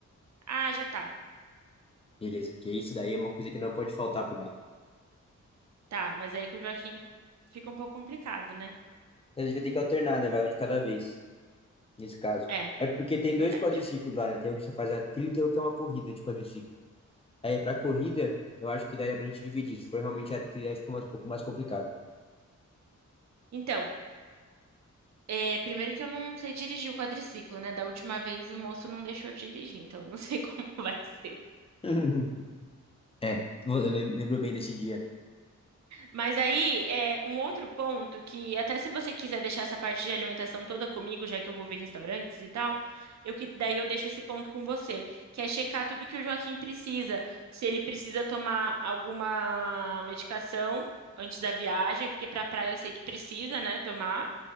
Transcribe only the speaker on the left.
Beleza, porque isso daí é uma coisa que não pode faltar por lá.
Então a gente vai ter que alternar, né? Vai um de cada vez, nesse caso.
É porque tem
dois quadriciclos lá, né? Tem o que você faz a trilha e tem o que é uma corrida de quadriciclo. Aí pra corrida, eu acho que daria pra gente dividir. Se for realmente a trilha, fica mais, um pouco mais complicado.
<laughs> É, eu lem- lembro bem desse dia.